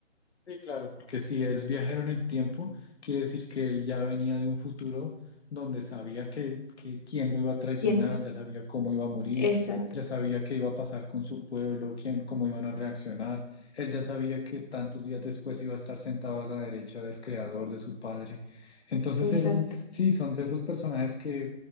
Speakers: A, on the left; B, on the left.
A: Sí, claro, porque si es viajero en el tiempo, quiere decir que él ya venía de un futuro donde sabía que, que quién lo iba a traicionar,
B: Y
A: ya sabía cómo iba a morir,
B: Exacto,
A: ya sabía qué iba a pasar con su pueblo, quién, cómo iban a reaccionar. Él ya sabía que tantos días después iba a estar sentado a la derecha del creador, de su padre. Entonces
B: exacto,
A: él, sí, son de esos personajes que